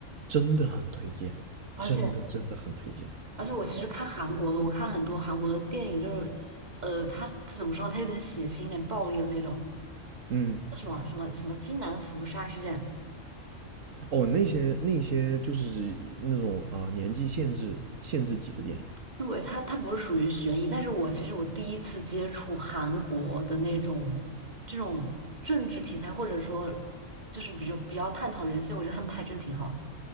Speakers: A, on the right; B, on the right.
A: 真的很推荐，
B: 而且
A: 真的真的很推荐。
B: 而且，我其实看韩国的，我看很多韩国的电影，就是呃，他他怎么说，他有点血腥，有点暴力的那种，
A: 嗯，
B: 叫什么什么什么金南福杀事件。
A: 哦，那些那些就是那种啊、年纪限制限制级的电影，
B: 对，他他不是属于悬疑，但是我其实我第一次接触韩国的那种这种政治题材，或者说就是比较比较探讨人性，我觉得他们拍真挺好的。